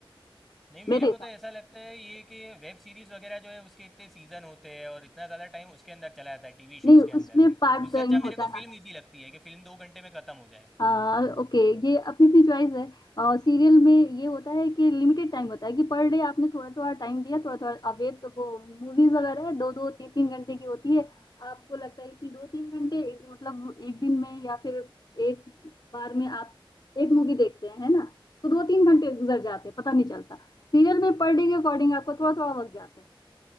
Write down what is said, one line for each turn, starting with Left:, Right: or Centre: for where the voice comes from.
Centre: नहीं मेरे
Left: मेरे हिसाब
Centre: को तो ऐसा
Left: से।
Centre: लगता है ये कि वेब सीरीज़ वगैरह जो है उसके इतने सीज़न होते हैं और इतना ज़्यादा टाइम उसके अंदर चला जाता है टीवी
Left: नहीं
Centre: शोज़ के अंदर
Left: उसमें
Centre: भी
Left: पार्ट
Centre: उससे
Left: टाइम
Centre: अच्छा
Left: होता
Centre: मेरे को
Left: है ना
Centre: फिल्म ईजी लगती है कि फिल्म दो घंटे में ख़त्म हो जाए
Left: आ, ओके ये अपनी अपनी चॉइस है आ, सीरियल में ये होता है कि लिमिटेड टाइम होता है कि पर डे आपने थोड़ा थोड़ा टाइम दिया थोड़ा थोड़ा अब ये तो वो मूवीज वगैरह है दो दो तीन तीन घंटे की होती है आपको लगता है कि दो तीन घंटे एक- मतलब एक दिन में या फिर एक बार में आप एक मूवी देखते हैं है ना तो दो तीन घंटे गुजर जाते हैं पता नहीं चलता सीरियल में पर डे के अकॉर्डिंग आपको थोड़ा थोड़ा वक्त जाता है